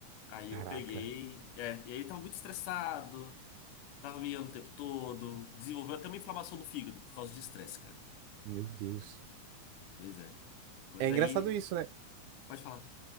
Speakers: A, on the left; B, on the right.
A: Aí
B: Caraca.
A: eu peguei. É, e aí ele tava muito estressado, Tava miando o tempo todo, desenvolveu até uma inflamação no fígado por causa de estresse, cara.
B: Meu Deus.
A: Pois é. Mas
B: É engraçado
A: aí,
B: isso, né?
A: pode falar.